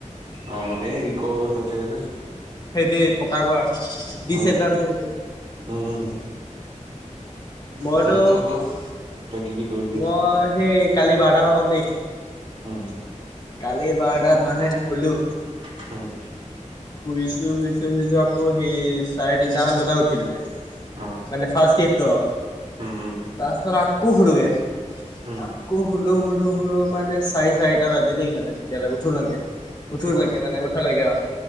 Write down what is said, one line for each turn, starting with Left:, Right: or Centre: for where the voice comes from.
Right: অ এই কো হৈ থাকে যে
Left: সেইদি পকা ঘৰ ডিচএডভানটেজ।
Right: উম উম উম
Left: মইতো
Right: তাৰপা তই ক তই কি কি কৰিলি
Left: মই সেই কালি বাৰটাৰ পৰা কম দেই
Right: উম
Left: কালি বাৰটাত মানে খলো
Right: <inaudible>
Left: শুইছো শুইছো শুইছো আকৌ সেই চাৰে তিনিটাামান বজাত উঠিলোগে
Right: অ
Left: মানে ফাৰ্ষ্ট ইয়েটো
Right: উম উওম
Left: তাৰছত আকৌ হুলোগে
Right: উম উম
Left: আকৌ হল হ স সৰু মানে চাৰি চাৰিটা বাজিলেই মানে তেতিয়ালৈকে উঠো নাগে উঠলৈকে
Right: অ
Left: মানে উঠাল লৈকে অ